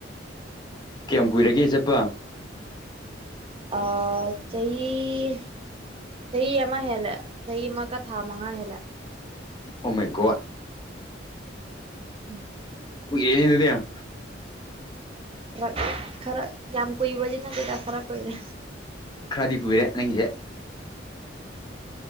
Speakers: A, on the left (about 25°); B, on the right (about 30°).
A: ꯀꯌꯥꯝ ꯀꯨꯏꯔꯒꯦ ꯆꯠꯄ
B: ꯑ ꯆꯍꯤ ꯆꯍꯤ ꯑꯃ ꯍꯦꯜꯂ ꯆꯍꯤ ꯑꯃꯒ ꯊꯥ ꯃꯉꯥ ꯍꯦꯜꯂꯦ
A: ꯑꯣ ꯃꯒꯣ
B: ꯎꯝ
A: ꯌꯦꯅꯤꯤꯟꯗ
B: ꯈꯔ ꯈꯔ ꯌꯥꯝ ꯀꯨꯏꯕꯁꯤ ꯅꯠꯇꯗ ꯈꯔ ꯀꯨꯏꯔꯦ
A: ꯈ꯭ꯔꯗꯤ ꯀꯕꯕꯤꯔꯦ ꯅꯪꯒ